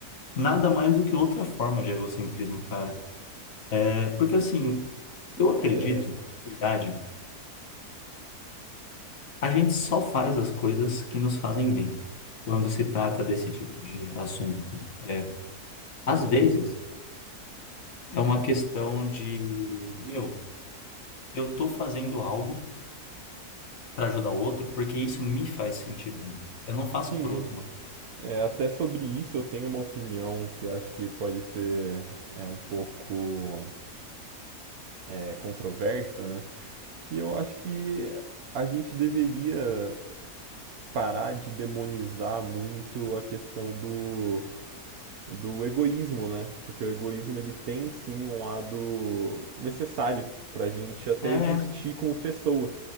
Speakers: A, on the left; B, on the right.
A: nada mais do que outra forma de egocentrismo, cara. É porque assim, eu acredito,
B: É,
A: de verdade, A gente só faz as coisas que nos fazem bem quando se trata desse tipo de assunto. É, às vezes é uma questão de, meu, eu tô fazendo algo para ajudar o outro porque isso me faz sentir bem. Eu não faço
B: sim.
A: por outro motivo.
B: É, até sobre isso eu tenho uma opinião que eu acho que pode ser é, um pouco é, controversa, né? Que eu acho que a gente deveria parar de demonizar muito a questão do, do egoísmo, né? Porque o egoísmo ele tem sim um lado necessário pra gente até
A: É,
B: existir como pessoa.